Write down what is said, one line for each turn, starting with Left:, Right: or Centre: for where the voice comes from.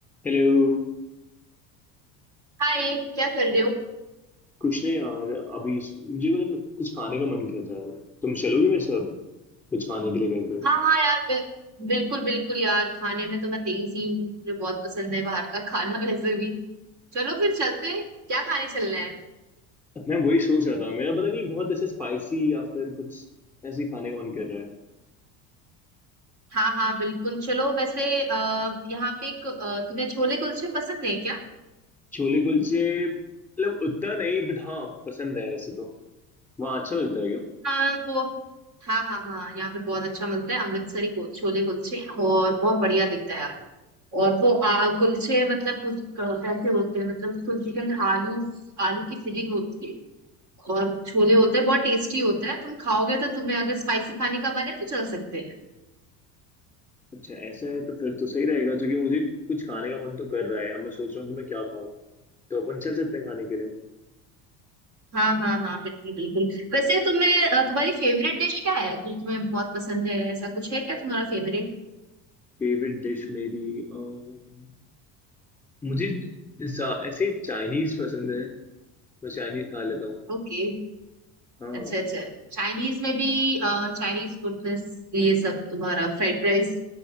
Centre: Hello
Right: हाय क्या कर रहे हो
Centre: कुछ नहीं यार अभी इस- मुझे मतलब कुछ खाने का मन कर रहा है तुम चलोगे मेरे साथ कुछ खाने के लिए कहीं पे
Right: हाँ हाँ यार बिल, बिल्कुल बिल्कुल यार खाने में तो मैं तेज ही हूँ मुझे बहुत पसंद है बाहर का खाना वैसे भी चलो फिर चलते हैं क्या खाने चलना है
Centre: मैं वही सोच रहा था मेरा पता नहीं बहुत ऐसे स्पाइसी या फिर कुछ ऐसे ही खाने का मन कर रहा है
Right: हाँ हाँ बिल्कुल चलो वैसे अः यहाँ पे एक अ, तुम्हें छोले कुलचे पसंद है क्या
Centre: छोले कुलचे मतलब उतना नहीं बट हाँ पसंद है वैसे तो वहाँ अच्छा मिलता है क्या
Right: हाँ वो हाँ हाँ हाँ यहाँ पे बहुत अच्छा मिलता है अमृतसरी कुल- छोले कुलचे और बहुत बढ़िया दिखता है यार और वो आ कुलचे मतलब कुछ अ, वैसे होते हैं मतलब कुलचे के अंदर आलू आलू की फिलिंग होती है और छोले होते हैं बहुत टेस्टी होता है तुम खाओगे तो तुम्हें अगर स्पाइसी खाने का मन है तो चल सकते हैं
Centre: अच्छा ऐसा है तो फिर तो सही रहेगा क्योंकि मुझे कुछ खाने का मन तो कर रहा है अब मैं सोच रहा हूँ कि मैं क्या खाऊं तो अपन चल सकते हैं खाने के लिए
Right: हाँ हाँ हाँ बिल्कुल बिल्कुल वैसे तुम्हें अ, तुम्हारी फेवरेट डिश क्या है जो तुम्हें बहुत पसंद है ऐसा कुछ है क्या तुम्हारा फेवरेट
Centre: फेवरेट डिश मेरी अम, मुझे ऐसा- ऐसे चाइनीज पसंद है मैं चाइनीज खा लेता हूँ
Right: ओके
Centre: हाँ
Right: अच्छा अच्छा चाइनीज में भी चाइनीज फूड ये सब तुम्हारा फ्राइड राइस